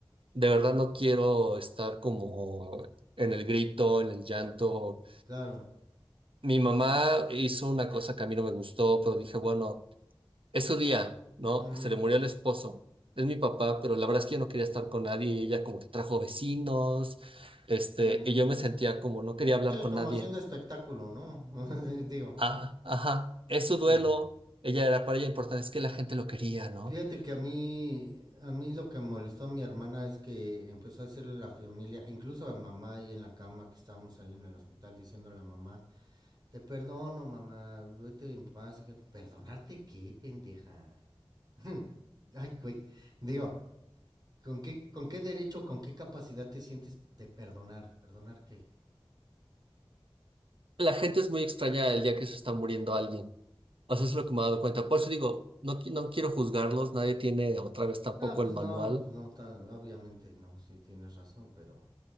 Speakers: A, on the right; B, on the right.
A: de verdad no quiero estar como en el grito, en el llanto.
B: Claro.
A: Mi mamá hizo una cosa que a mí no me gustó, pero dije, bueno. Es su día, ¿no?
B: Ujú.
A: Se le murió el esposo. Es mi papá, pero la verdad es que yo no quería estar con nadie y ella como que trajo vecinos, este,
B: Mm,
A: y yo me sentía como no quería hablar
B: Sí,
A: con
B: como
A: nadie.
B: haciendo espectáculo, ¿no? <laughs> Digo,
A: Ah, ajá, es su
B: mm,
A: duelo. Ella era para ella importante, es que la gente lo quería, ¿no?
B: fíjate que a mí, a mí lo que molestó a mi hermana es que empezó a decirle a la familia, incluso a mamá ahí en la cama que estábamos ahí en el hospital, diciéndole a mamá, te perdono, mamá, vete en paz. y que- ¿Perdonarte qué, pendeja? <laughs> Ay, güey. Digo, ¿Con qué, ¿Con qué derecho, con qué capacidad te sientes de perdonar? ¿Perdonar qué?
A: La gente es muy extraña el día que se está muriendo alguien. O sea, eso es lo que me he dado cuenta. Por eso digo, no, qui- no quiero juzgarlos, nadie tiene otra vez tampoco
B: No, pues
A: el manual,
B: no, pues no, ta- obviamente no, sí tienes razón, pero